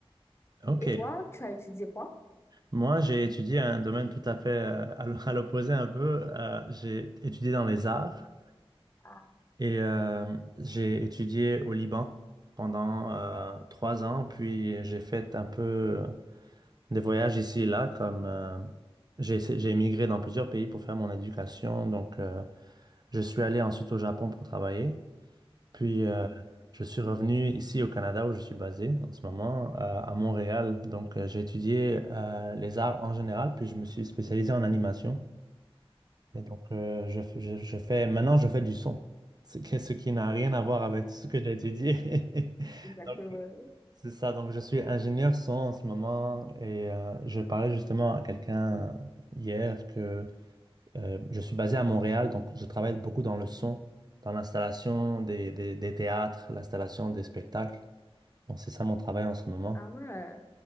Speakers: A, on the right; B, on the left.
A: Ok.
B: Et toi, tu as étudié quoi?
A: Moi, j'ai étudié un domaine tout à fait euh, à l- à l'opposé un peu. Euh, j'ai étudié dans les arts.
B: Ah,
A: Et euh, j'ai étudié au Liban pendant euh, trois ans, puis j'ai fait un peu euh, des voyages ici et là, comme euh, j'ai essayé- j'ai émigré dans plusieurs pays pour faire mon éducation. Donc, euh, je suis allé ensuite au Japon pour travailler, puis euh,
B: non,
A: je suis revenu ici au Canada où je suis basé en ce moment, euh, à Montréal. Donc, euh, j'ai étudié euh, les arts en général, puis je me suis spécialisé en animation. Et donc, euh, je, f- je- je fais, maintenant, je fais du son, ce qui, ce qui n'a rien à voir avec tout ce que j'ai étudié. <laughs>
B: exactement.
A: Donc, c'est ça. Donc, je suis ingénieur son en ce moment et euh, je parlais justement à quelqu'un hier que euh, je suis basé à Montréal, donc je travaille beaucoup dans le son, dans l'installation des, des- des théâtres, l'installation des spectacles. Donc, c'est ça mon travail en ce moment.
B: Ah ouais,